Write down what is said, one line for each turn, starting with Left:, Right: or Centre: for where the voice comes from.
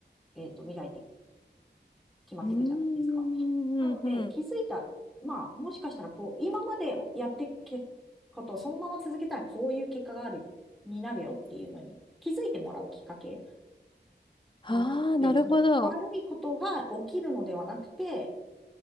Centre: えっと、未来って決まっていくじゃないですか。
Left: うーん、
Centre: なので、
Left: うん、うん。
Centre: 気づいた、まあ、もしかしたら、こう、今までやってきことをそのまま続けたら、こういう結果がある、になるよっていうのに、気づいてもらうきっかけ
Left: ああ、
Centre: になるので、
Left: なるほど。
Centre: その悪いことが起きるのではなくて、